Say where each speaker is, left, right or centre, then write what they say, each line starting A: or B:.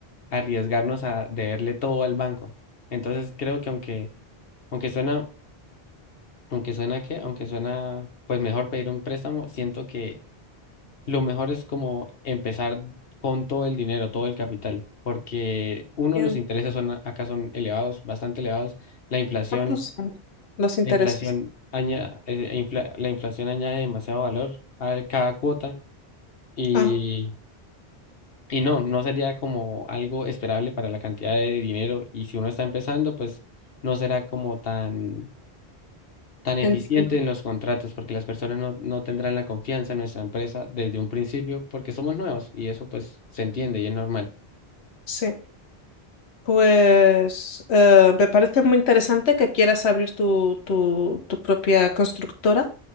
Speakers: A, on the left; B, on the left.
A: arriesgarnos a deberle todo al banco. Entonces, creo que aunque... Aunque suena Aunque suena que, aunque suena, pues mejor pedir un préstamo, siento que lo mejor es como empezar con todo el dinero, todo el capital, porque uno,
B: Entiendo.
A: los intereses son, a- acá son elevados, bastante elevados, la inflación,
B: ¿Cuántos son los intereses?
A: la inflación aña- eh, infla- la inflación añade demasiado valor a cada cuota y,
B: Ah,
A: y no, no sería como algo esperable para la cantidad de dinero y si uno está empezando, pues no será como tan tan eficiente
B: entiendo.
A: en los contratos, porque las personas no, no tendrán la confianza en nuestra empresa desde un principio, porque somos nuevos y eso pues se entiende y es normal.
B: Sí. Pues eh, me parece muy interesante que quieras abrir tu, tu, tu propia constructora,